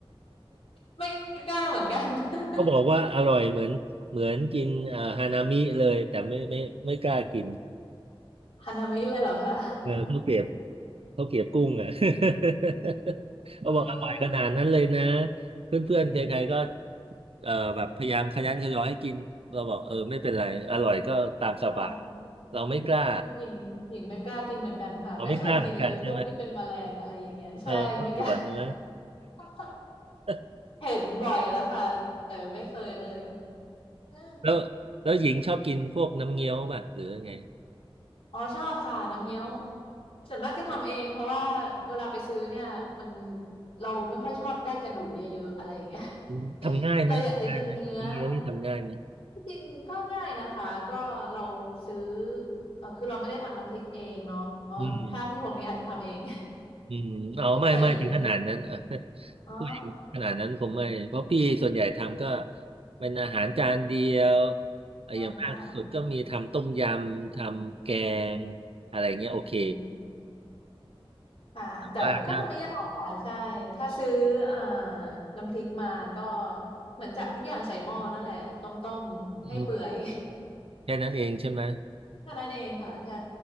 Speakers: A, on the left; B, on the right.
A: ไม่กล้าเหมือนกัน <laughs>
B: <laughs> ก็บอกว่าอร่อยเหมือนเหมือนกินอ่าฮานามิเลยแต่ไม่ไม่ไม่กล้ากิน
A: ฮานามิเลยเหรอคะ
B: เออข้าวเกรียบข้าวเกรียบกุ้งอ่ะ <laughs> เขาบอกอร่อยขนาดนั้นเลยนะ
A: <laughs> เออ
B: เพื่อนๆใครๆก็เอ่อแบบพยายามขยันขยอให้กินเราบอกเออไม่เป็นไรอร่อยก็ตามสบาย
A: ค่ะ
B: เราไม่กล้า
A: เออหญิงหญิงไม่กล้ากินเหมือนกันค่ะไม่เคยกินเลยพวกที่เป็นแมลงอะไรอย่างเงี้ยใช่ไม่กล้า
B: เราไม่กล้าเหมือนกันใช่ไหม เออรสด่วนใช่ไหม
A: <laughs>
B: <laughs>
A: เห็นบ่อยแล้วค่ะแต่ไม่เคยเลยเออ
B: แล้วแล้วหญิงชอบกินพวกน้ำเงี้ยวป่ะหรือไง
A: อ๋อชอบค่ะน้ำเงี้ยวส่วนมากจะทำเองเพราะว่าเวลาไปซื้อเนี่ยมันเราไม่ค่อยชอบได้กระดูกเยอะๆอะไรอย่างเงี้ย
B: อืมทำง่ายไหมทำง่ายไหมน้ำเงี้ยวนี่ทำง่ายไหม
A: <laughs> เราอยากจะกินเนื้อ ที่จริงก็ง่ายนะคะก็เราซื้อเออคือเราไม่ได้ทำน้ำพริกเองเนาะ
B: อืม
A: ถ้าพี่พงษ์นี้อาจจะทำเอง
B: อืมเอาไม่ไม่ถึงขนาดนั้น
A: <laughs> แต่อย่างนี้
B: <laughs> เออ
A: อ๋อ
B: ผู้หญิงขนาดนั้นคงไม่เพราะพี่ส่วนใหญ่ทำก็เป็นอาหารจานเดียวเอออย่างมากสุดก็มีทำต้มยำทำแก
A: อ๋อค่ะ
B: งอะไรเงี้ยโอเค
A: อืมค่ะแต่ก็ทำไม่ยากค่ะใช่ถ้าซื้อเอ่อ
B: ว่าถ้า
A: น้ำพริกมาก็เหมือนจับทุกอย่างใส่หม้อนั่นแหละต้มๆให้เปื่อย
B: อืมแค่นั้นเองใช่ไหม
A: <laughs> แค่านั้นเองค่ะใช่